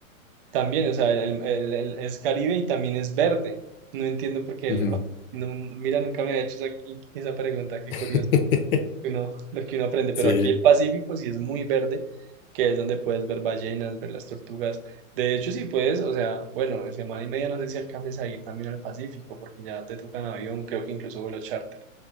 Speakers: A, on the right (about 45°); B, on the left (about 80°).
A: también, o sea, el- el- el- es Caribe y también es verde. No entiendo por qué,
B: ujú.
A: el- <laughs> no- mira, nunca me ha hecho esa, esa pregunta, qué
B: <laughs>
A: curioso que uno, lo que uno aprende,
B: Sí,
A: pero aquí el Pacífico sí es muy verde, que es donde puedes ver ballenas, ver las tortugas. De hecho, sí puedes, o sea, bueno, en semana y media no sé si alcances a ir también al Pacífico, porque ya te tocan avión, creo que incluso vuelo charter.